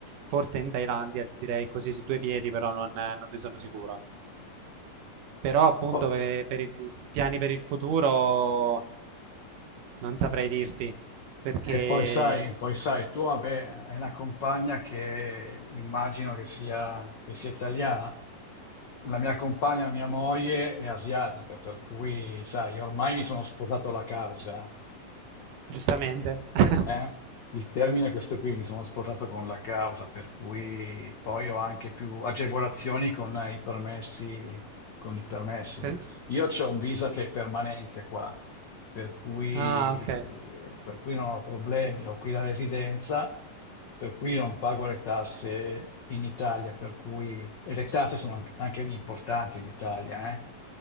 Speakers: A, on the right; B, on the left.
A: Forse in Thailandia, direi così su due piedi, però non, non ne sono sicuro. Però appunto
B: Po-
A: per, per i piani per il futuro non saprei dirti, perché
B: E poi sai, poi sai, tu vabbè, hai una compagna che immagino che sia, che sia italiana. La mia compagna, mia moglie, è asiatica, per cui, sai, ormai mi sono sposato la causa.
A: giustamente... <laughs>
B: Eh, il termine è questo qui, mi sono sposato con la causa, per cui poi ho anche più agevolazioni con i permessi, con i permessi.
A: Per-
B: Io ho un visa che è permanente qua, per cui,
A: Ah, ok.
B: per cui non ho problemi, ho qui la residenza, per cui non pago le tasse in Italia, per cui, e le tasse sono anche, anche lì importanti in Italia, eh.